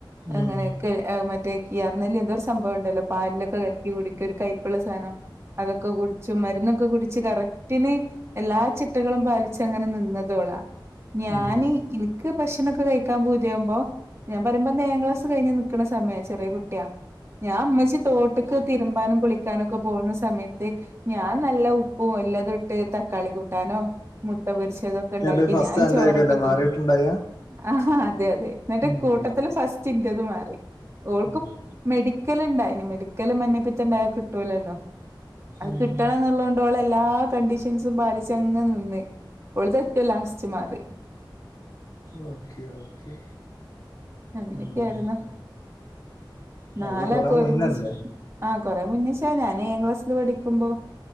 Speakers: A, on the right; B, on the left.
A: അങ്ങനെയൊക്കെ
B: ഉം
A: മറ്റേ കിയർ ന്നല്ലി എന്തോ ഒരു സംഭവം ഉണ്ടല്ലോ പാലിലൊക്കെ കഴി കുടിക്ക ഒരു കൈയ്പ്പിള്ള സാധനം അതൊക്കെ കുടിച്ചു മരുന്നൊക്കെ കുടിച്ച് കറക് റ്റ്ന് എല്ലാ ചിട്ടകളും പാലിിച്ചങ്ങനെ നിന്നതോളാ ഞാന്നി
B: ഉം
A: ഇക്ക് ഭക്ഷണൊക്കെ കയിക്കാൻ പൂതി യാമ്പോ ഞാമ്പറിയുമ്പോ ഏഴാം ക്ലാസ് കയിഞ്ഞുക്കണ സമയ ചെറിയ കുട്ടിയാ ഞാമ്മച്ചി തോട്ടക്ക് തിരുമ്പാനും കുളിക്കാനൊക്കെ പോകുന്ന സമയത്ത് ഞാൻ നല്ല ഉപ്പും എല്ലാംത്ട്ട് തക്കാളി കൂട്ടാനും മുട്ട പൊരിച്ചതും ക്കണ്ടാക്കി
B: എന്നിട്ട് ഫസ്റ്റ്
A: ഞാൻ
B: അന്റായിരിക്കുംല്ലേ
A: ചോറൊക്കെത്തിന്നും
B: മാറിയിട്ടുണ്ടായ
A: ആഹ അതെ അതെ ന്നിട്ട്
B: ഉം
A: കൂട്ടത്തില് ഫസ്റ്റിൻറത് മാറി ഓൾക്ക്മെഡി
B: ഉം
A: ക്കലിണ്ടായിനി മെഡിക്കല് മഞ്ഞപ്പിത്തണ്ടായ കിട്ടൂലല്ലോ അത്
B: ഉം
A: കിട്ടണംന്നുള്ളോണ്ട് ഓളല്ലാ കണ്ടീഷൻസും പാലിച്ചങ്ങ് നിന്ന്‌ ഓളെതെറ്റ് ലാസ്റ്റ് മാറി
B: ഓക്കെ ഓക്കെ
A: അങ്ങനെയൊക്കെയായിരുന്നു
B: ഉം
A: നാലക്കൊരുമിച്ച്
B: അത് കൊറെ മുന്നല്ലേ
A: ആഹ കൊറെ മുന്നേശാ ഞാനേ ഏഴാ ക്ലാസ്സിൽ പഠിക്ക്മ്പോ